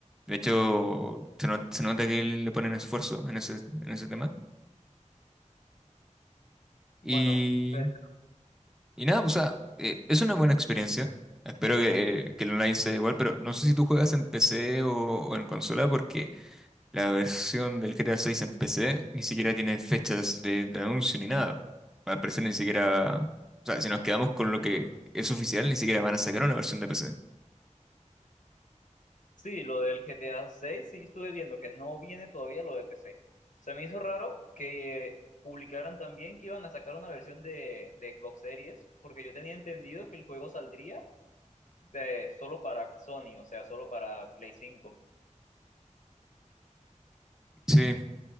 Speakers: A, in the centre; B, on the left (about 75°).
A: De hecho, se, no- se nota que le le ponen esfuerzo en ese, en ese tema. Y,
B: Bueno, pero
A: y nada, o sea, eh, es una buena experiencia. Espero que, que el online sea igual, pero no sé si tú juegas en PC o, o en consola, La versión del GTA 6 en PC ni siquiera tiene fechas de, de anuncio ni nada. Al parecer ni siquiera... O sea, si nos quedamos con lo que es oficial, ni siquiera van a sacar una versión de PC.
B: sí, lo del GTA 6 sí estuve viendo que no viene todavía lo de PC. Se me hizo raro que eh, publicaran también que iban a sacar una versión de, de Xbox Series, porque yo tenía entendido que el juego saldría de, solo para Sony, o sea, solo para Play 5.
A: Sí,